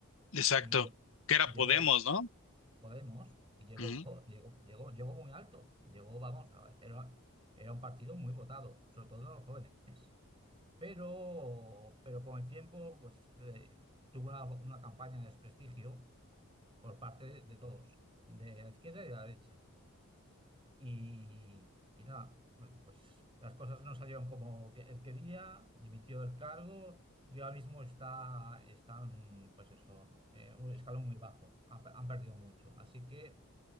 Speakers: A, on the left; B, on the right.
A: Exacto.
B: Y, lle-
A: Que era
B: y llegó
A: Podemos, ¿no?
B: Podemos, y llegó,
A: Ujú,
B: llegó, llegó, llegó muy alto. Llegó, vamos, a ver, era, era un partido muy votado, sobre todo en los jóvenes. Pero, pero con el tiempo, pues eh, tuvo una, una campaña de desprestigio por parte de, de todos, de la izquierda y de la derecha. Y, y nada, pues las cosas no salieron como que él quería, dimitió del cargo y ahora mismo está, están, pues eso, en un escalón muy bajo, han, han perdido mucho. Así que